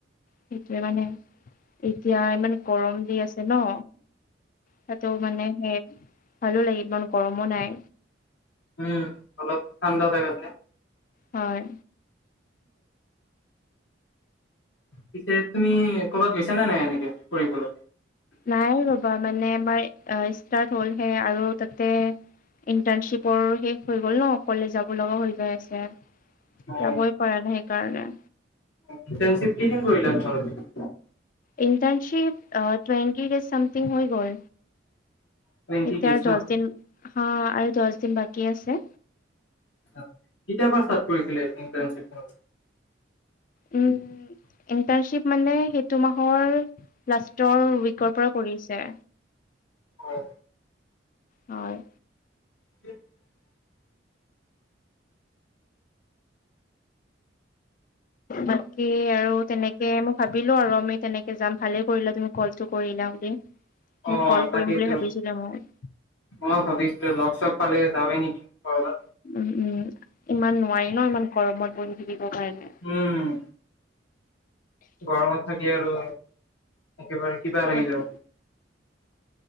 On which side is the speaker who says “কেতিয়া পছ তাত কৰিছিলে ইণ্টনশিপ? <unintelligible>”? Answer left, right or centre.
Left